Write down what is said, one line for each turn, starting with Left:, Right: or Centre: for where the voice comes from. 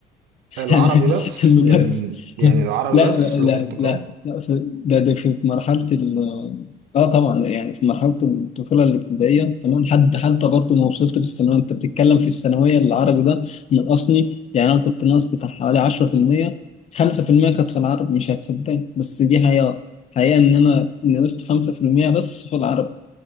Left: <laughs>
Right: العربي
Left: يعني
Right: بس
Left: المدرس
Right: يعني يعني
Left: <laughs>
Right: العربي
Left: لا
Right: بس
Left: لا
Right: اللي كنت بتكرهه
Left: لا لا في ده ده في مرحلة ال اه طبعا يعني في مرحلة الطفولة الابتدائية تمام حد حتى برضه ما وصلت في الثانوية انت بتتكلم في الثانوية العربي ده نقصني يعني انا كنت ناقص بتاع حوالي 10% 5% كانت في العربي مش هتصدقني بس دي حقيقة حقيقة ان انا نقصت 5% بس في العربي